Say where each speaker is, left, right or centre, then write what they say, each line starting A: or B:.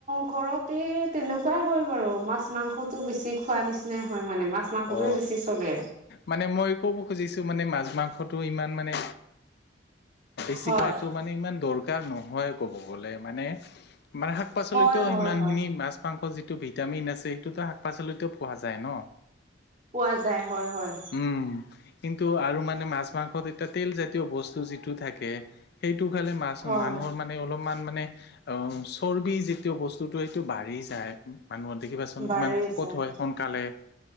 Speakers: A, on the right; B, on the left.
A: ঘৰতে তেনেকোৱাই হয় বাৰু মাছ মাংসতো বেছি খোৱা নিচিনাই হয় মানে মাছ মাংসটোৱেই
B: অ
A: বেছি চলে
B: মানে মই ক'ব খুজিছো মানে মাছ মাংসটো ইমান মানে বেছি
A: হয়
B: খোৱাতো মানে ইমান দৰকাৰ নহয় কব গলে মানে মানে শাক পাচলিতো
A: হয় হয়
B: সিমানখিনি
A: হয়
B: মাছ মাংস যিটো ভিটামিন আছে সেইটোতো শাক পাচলিতো পোৱা যায় ন।
A: পোৱা যায় হয় হয়।
B: উম কিন্তু আৰু মানে মাছ মাংসত এতিয়া তেল জাতীয় বস্তু যিটো থাকে সেইটো খালে মাছ
A: হয়
B: মানুহৰ মা মানে অলপমান মানে অ চৰ্বি যিটো বস্তুতো সেইটো বাঢ়ি যায়। মানুহৰ দেখিবা চোন
A: বাঢ়ি
B: ইমান শক'ত
A: যায়
B: হয় সোনকালে